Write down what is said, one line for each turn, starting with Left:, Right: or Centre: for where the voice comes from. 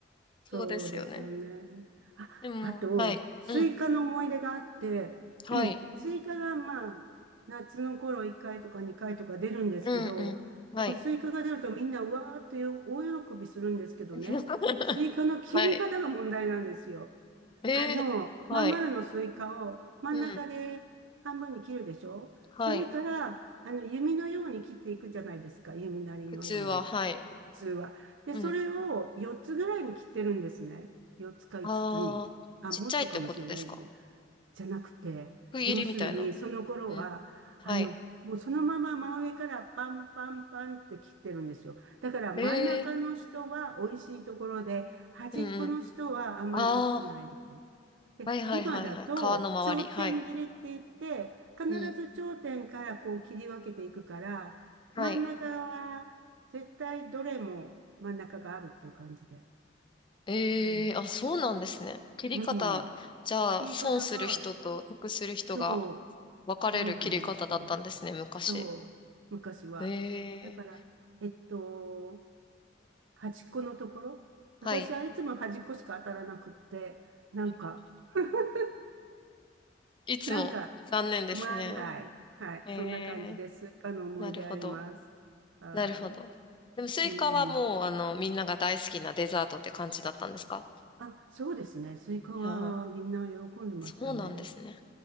Left: そうですよね。
Right: そうですよね。あ、
Left: でも、
Right: あと、
Left: はい。
Right: スイカの思い出があって、
Left: うん。はい。
Right: <clears throat> スイカがまあ、夏の頃1回とか2回とか出るんですけど、
Left: うん、うん。はい。
Right: そのスイカが出るとみんなうわーって大喜びするんですけどね、
Left: <laughs>
Right: スイカの切り方が問題なんですよ。
Left: はい。えー、
Right: あの、まん丸のスイカを真ん中で半分に切るでしょそれから、
Left: はい。うん。はい。
Right: あの、弓のように切っていくじゃないですか、弓なりのように。
Left: 普通は、はい。
Right: 普通は。で、
Left: うん。
Right: それを4つぐらいに切ってるんですね。4つか5つつに。
Left: あー、
Right: あ、
Left: ちっちゃいってことですか
Right: もっとかもしれないんですけど。じゃなくて、
Left: 区切りみたいな。
Right: 要するに、その頃は、
Left: うん。はい。
Right: あの、もうそのまま真上からパンパンパンって切ってるんですよ。だから真ん中の人は美味しいところで、
Left: えー、
Right: 端っこの人はあんまり美味しくないところ
Left: うん、うん。あー、
Right: で、
Left: はい、はい、
Right: 今だと、
Left: はい、はい。川の周り。
Right: 頂点切りって言って、
Left: はい。
Right: 必ず頂点からこう切り分けていくから、
Left: うん。はい。
Right: 真ん中は絶対どれも真ん中があるっていう感じで。
Left: ええあ、
Right: わかります。
Left: そうなんですね。切り方、
Right: うん。
Left: じゃあ、
Right: 切り方が、
Left: 損する人と得する人が
Right: そう、
Left: 分かれる切り方だったんですね、
Right: そうなんですよ。
Left: 昔。
Right: そう、昔は。
Left: ええ
Right: だから、えっと、端っこのところ。
Left: はい。
Right: 私はいつも端っこしか当たらなくって、なんか、<laughs>
Left: いつも残念ですね。
Right: なんか、つまんない。はい。
Left: え
Right: そんな感じです。
Left: え
Right: スイカの思い出あります。
Left: なるほど。
Right: はい。
Left: なるほど。でも、スイカはもう、
Right: うん。
Left: あの、みんなが大好きなデザートって感じだったんですか
Right: あ、そうですね。スイカはみんな喜んでましたね。
Left: いやーそうなんですね。